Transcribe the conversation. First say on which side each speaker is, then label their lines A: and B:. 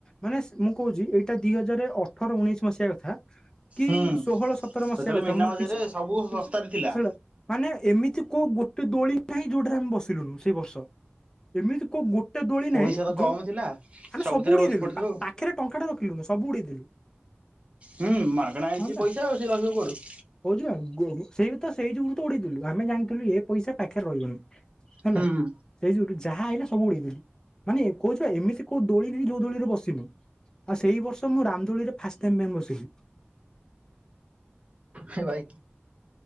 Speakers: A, on the left (about 15°); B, on the right (about 30°).
A: ମାନେ ମୁଁ କହୁଛି, ଏଇଟା ଦି ହଜାର ଅଠର ଉଣେଇଶ ମସିହା କଥା। କି
B: ହୁଁ,
A: ଷୋହଳ ସତର
B: ସେତେବେଳେ
A: ମସିହା କଥା
B: ମିନା
A: ମୋର
B: ବଜାରରେ
A: ଠିକ ସେ
B: ସବୁ ଶସ୍ତାରେ ଥିଲା।
A: ହେଲା ମାନେ ଏମିତି କୋଉ ଗୋଟେ ଦୋଳି ନାହିଁ ଯୋଉଟାରେ ଆମେ ବସିଲୁନୁ ସେଇ ବର୍ଷ। ଏମିତି କେୋଉ ଗୋଟେ ଦୋଳି
B: ପଇସା
A: ନାହିଁ
B: ତ
A: ଯୋଉ
B: କମ ଥିଲା
A: ଆମେ
B: ସବୁଥିରେ
A: ସବୁ ଉଡେଇଦଲୁ,
B: ବସି ପଡିଥିଲୁ
A: ପାଖରେ ଟଙ୍କାଟା ରଖିଲୁନି ସବୁ ଉଡେଇ ଦେଲୁ।
B: ହୁଁ ମାଗଣା ହେଇଛି
A: ହଁ ବା
B: ପଇସା ଆଉ ସେ ରହିବ କୁଆଡୁ।
A: କହୁଛୁ ବା ଗୋ ସେଇ ତ ସେଇ ଯୋଗୁ ତ ଉଡେଇଦେଲୁ, ଆମେ ଜାଣିଥିଲୁ ଏ ପଇସା ପାଖରେ ରହିବନି। ହେଲା,
B: ହୁଁ
A: ସେଇ ଯୋଗୁ ଯାହା ଆଇଲା ସବୁ ଉଡେଇଦେଲୁ, ମାନେ କହୁଚି ବା ଏମିତି କୋଉ ଦୋଳିି ନାହିଁ ଯୋଉ ଦୋଳିରେ ବସିନୁ, ଆଉ ସେଇ ବର୍ଷ ମୁଁ ରାମଦୋଳିରେ ଫାଷ୍ଟ ଟାଇମ ପାଇଁ ବସିଲି।
B: ହେ ଭାଇ,